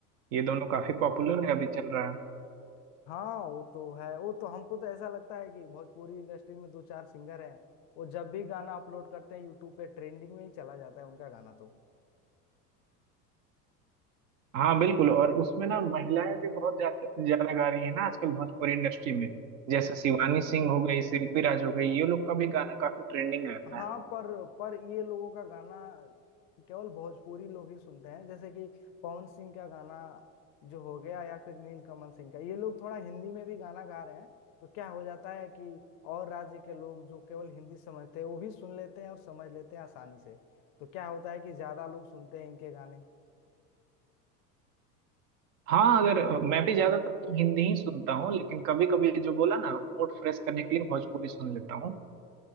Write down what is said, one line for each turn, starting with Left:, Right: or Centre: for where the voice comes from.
Right: ये दोनों काफी पॉपुलर है अभी चल रहा है
Left: हाँ वो तो है वो तो हमको तो ऐसा लगता है कि भोजपुरी इंडस्ट्री में दो चार सिंगर हैं वो जब भी गाना अपलोड करते हैं यूट्यूब पे ट्रेंडिंग में ही चला जाता है उनका गाना तो
Right: हाँ बिल्कुल और उसमें ना महिलाएं भी बहुत ज्यादा ज्यादा गा रही है ना आजकल भोजपुरी इंडस्ट्री में जैसे शिवानी सिंह हो गई शिल्पी राज हो गई ये लोग का भी गाना काफी ट्रेंडिंग रहता
Left: हाँ
Right: है
Left: पर पर ये लोगों का गाना केवल भोजपुरी लोग ही सुनते हैं जैसे कि पवन सिंह का गाना जो हो गया या फिर नीलकमल सिंह का ये लोग थोड़ा हिंदी में भी गाना गा रहे हैं तो क्या हो जाता है कि और राज्य के लोग जो केवल हिंदी समझते हैं वो भी सुन लेते हैं और समझ लेते हैं आसानी से तो क्या होता है कि ज्यादा लोग सुनते हैं इनके गाने
Right: हाँ अगर अ, मैं भी ज्यादातर तो हिंदी ही सुनता हूँ लेकिन कभी कभी जो बोला ना मूड फ्रेश करने के लिए भोजपुरी सुन लेता हूँ